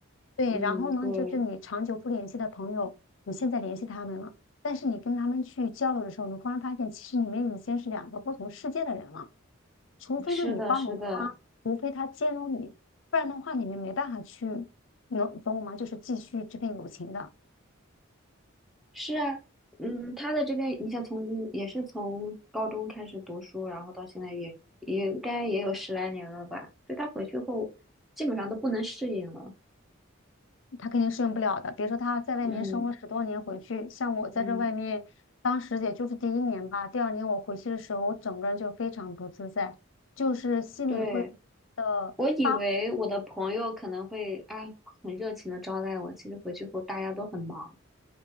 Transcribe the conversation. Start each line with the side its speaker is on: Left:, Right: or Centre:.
Left: 对，
Centre: 嗯，
Left: 然后呢，
Centre: 对，
Left: 就是你长久不联系的朋友，你现在联系他们了，但是你跟他们去交流的时候，你忽然发现，其实你们已经是两个不同世界的人了。除非呢，
Centre: 是的，
Left: 你包容他，
Centre: 是的，
Left: 除非他兼容你，不然的话，你们没办法去，能懂我吗？就是继续这份友情的。
Centre: 是啊，嗯，他在这边，你像从也是从高中开始读书，然后到现在也也应该也有十来年了吧？就他回去后，基本上都不能适应了。
Left: 他肯定适应不了的。比如说他在外面生活十多年回去，
Centre: 嗯
Left: 像我在这外面，
Centre: 嗯，
Left: 当时也就是第一年吧，第二年我回去的时候，我整个人就非常不自在，就是心里会
Centre: 对，
Left: 的发
Centre: 我以为我的朋友可能会啊很热情的招待我，其实回去后大家都很忙，